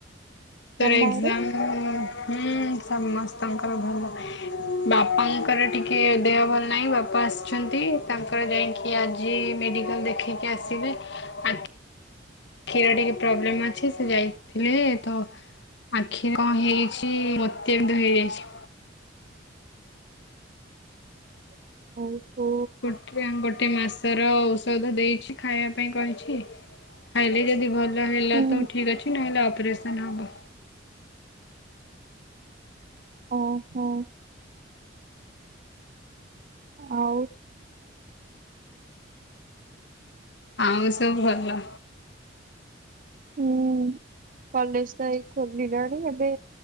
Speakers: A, on the left; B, on the right.
A: ଫୋର
B: ତମ
A: ଏଜାମ
B: <unintelligible>
A: ହଁ ସମସ୍ତଙ୍କର ଭଲ। ବାପାଙ୍କର ଟିକେ ଦେହ ଭଲ ନାହିଁ, ବାପା ଆସିଛନ୍ତି, ତାଙ୍କର ଯାଇକି ଆଜି ମେଡିକାଲରେ ରଖିକି ଆସିବେ ଆ କ୍ଷୀର ଟିକେ ପ୍ରୋବ୍ଲେମ ଅଛି, ସେ ଯାଇଥିଲେ ତ ଆଖି କଣ ହେଇଛି, ମୋତିଆବିନ୍ଦୁ ହେଇଯାଇଛି।
B: <unintelligible> ହଉ ହୋ
A: ଗୋଟେ ଗୋଟେ ମାସ ର ଔଷଧ ଦେଇଛି, ଖାଇବା ପାଇଁ କହିଛି? ଖାଇଲେ ଯଦି ଭଲ ହେଲା
B: ହୁଁ
A: ତ ଠିକ ଅଛି, ନହେଲେ ଅପରେସନ ହବ।
B: ଓହୋ। ଆଉ
A: ଆଉ ସବୁ ଭଲ।
B: ହୁଁ କଲେଜ ତ ଏଇ ଖୋଲିଲାଣି ଏବେ